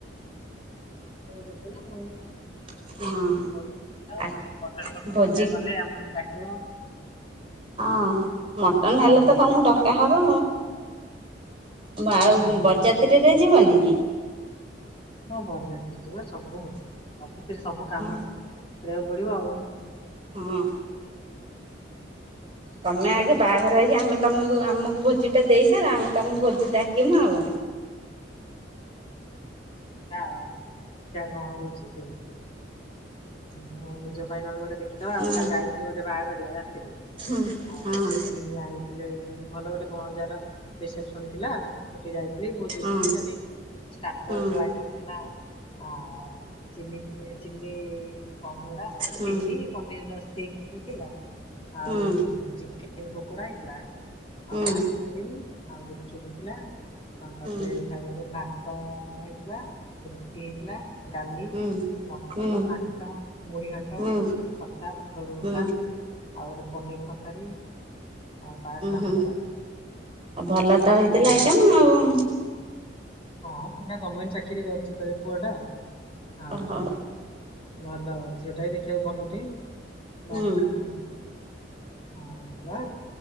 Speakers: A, on the left (about 30°); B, on the right (about 30°).
A: ଏ ଯିବି ନା ମୁଁ?
B: ହଁ।
A: ଆଉ
B: ଆ
A: ପୋଟଳ ଫୋଟଳ
B: ଭୋଜି
A: ଅରିକା କଲେ ଆମକୁ ଡାକିବ?
B: ହଁ ମଟନ
A: କହିବ
B: ହେଲେ ତ ତମକୁ ଡକା ହବ। ଆଉ
A: ହଁ।
B: ବରଯାତ୍ରୀରେ ଯିବନି କି?
A: ହଁ ବରଯାତ୍ରୀ ଯିବା ସବୁ ସବୁଥିରେ ସବୁ କାମ
B: ହଁ
A: କରିବାକୁ ପଡିବ ଆଉ।
B: ହଁ। ତମେ ଆଗେ ବାହାଘର ହେଇକି ଆମେ ତମକୁ ଆମକୁ ଭୋଜି ଟା ଦେଇ ସାର ଆମେ ତମକୁ ଭୋଜି ଡାକିମୁ ଆଉ।
A: ଆଉ ଦେଖିଆ କଣ ହଉଛି କେବେ ମୁଁ ନିଜ ପାଇଁ ନହେଲେ ଗୋଟେ ଦେଖିଦବା
B: ହୁଁ
A: ଆଉ କାଲି ଯାଇଥିଲି ଗୋଟେ ବାହାଘରିଆ ରାତିରେ
B: ହୁଁ
A: ଆଉ
B: ହଁ
A: ଆଇଥିଲେ ଭଲ ଗୋଟେ ଭଣଜାର ରିସେପସନ ଥିଲା। ସେଠି ଯାଇଥିଲି ଭୋଜି
B: ହଁ
A: ଭୋଜି ସେଠି ଷ୍ଟାଟସ୍
B: ହୁଁ
A: ଆଇଟମ୍ ଥିଲା ଆ ଚିଲି ଚିଲି, <unintelligible>
B: ହୁଁ
A: ଚିଲି ପନିର ର ଷ୍ଟିକ ଥିଲା। ଆଉ
B: ହୁଁ
A: ଚିକେନ ପକୋଡା ହେଇଥିଲା,
B: ହୁଁ
A: ଆଉ ଆଇସ୍ ଆଉ ଗୁପୁଚୁପୁ ହେଇଥିଲା ଆଉ
B: ହୁଁ
A: ତାପରେ ଖାଇବାରେ ଭାତ ହେଇଥିଲା। ରୁଟି ହେଇଥିଲା, ଡାଲି,
B: ହୁଁ
A: ମଟନ,
B: ହୁଁ।
A: ମାଛ ମୁଢ଼ି ଘାଣ୍ଟ
B: ହୁଁ
A: ଖଟା, ପୁଟଳକଷା,
B: ହୁଁ
A: ଆଉ ଗୋଟେ ପନିର ତରକାରୀ। ଆଉ ପାସ
B: ଉ
A: ପାମ୍ପଡ
B: ହୁଁ ଆଉ ଭଲ ତ ହେଇଥିଲା
A: ଉଁ,
B: ଆଇଟମ୍ ଆଉ।
A: ହଁ ପିଲା ଗଭର୍ଣ୍ଣମେଣ୍ଟ ଚାକିରି କରୁଚି ତ ପୁଅ ଟା। ଆଉ
B: ଓହୋ
A: ଭଲ ଝିଅ ଟେ ଦେଖିବାକୁ ଭଲ ଟେ।
B: ହୁଁ
A: ବାହଘର ହଁ ହେଲା।